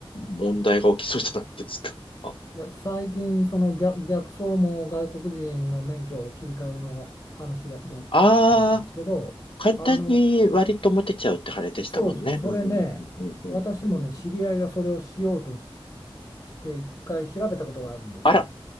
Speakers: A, on the left (about 60°); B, on the left (about 35°).
A: 問題が起きそうじゃないですか。<laughs> あ
B: いや、最近、その逆、逆走も外国人の免許を切り替えの話だ、だったんですけど、
A: あー、簡単に割と持てちゃうってあれでしたもんね。
B: あの、そうそう、それね、
A: うん、うん、うん、
B: 私もね、
A: うん。
B: 知り合いがそれをしようとし、して、一回調べたことがあるんですよ。
A: あら、